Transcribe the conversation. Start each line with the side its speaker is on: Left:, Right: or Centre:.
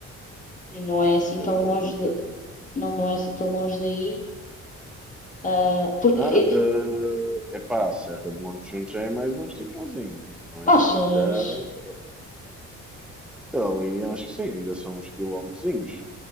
Left: que não é assim
Centre: Isso
Left: tão
Centre: era grande
Left: longe
Centre: ideia.
Left: de, não, não é assim tão longe daí. Ah, porque
Centre: Ah,
Left: eh,
Centre: uh, epá, a Serra de Montejuntos já é mais um esticãozinho. Não é
Left: achas,
Centre: assim tão. Então, ali acho que sim, ainda são uns quilómetrozinhos.